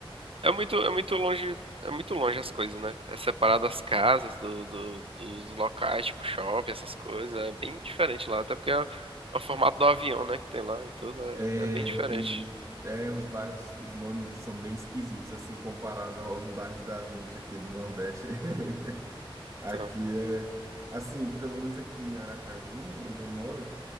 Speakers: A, on the right; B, on the right.
A: É muito, é muito longe, é muito longe as coisas, né? É separado as casas do, do- dos locais, tipo shopping, essas coisas. É bem diferente lá, até porque é, o formato do avião, né, que tem lá e tudo,
B: É,
A: é, é bem diferente.
B: e é, os bairros, os nomes são bem esquisitos, assim, comparado aos bairros da gente aqui do Nordeste. <laughs> Aqui
A: Então,
B: é, assim, pelo menos aqui em Aracaju, onde eu moro,